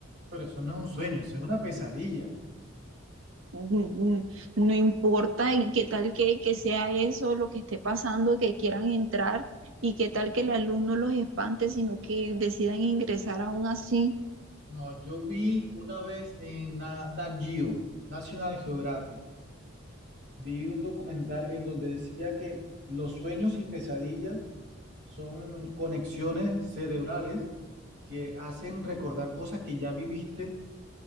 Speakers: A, on the right; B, on the right.
A: Pero eso no es un sueño, eso es una pesadilla.
B: mm, no importa y qué tal que, que sea eso lo que esté pasando, que quieran entrar y qué tal que el alumno los espante, sino que decidan ingresar aún así.
A: No, yo vi una vez en Na- Nat Geo, National Geographic, vi un documental en donde decía que los sueños y pesadillas Son conexiones cerebrales que hacen recordar cosas que ya viviste,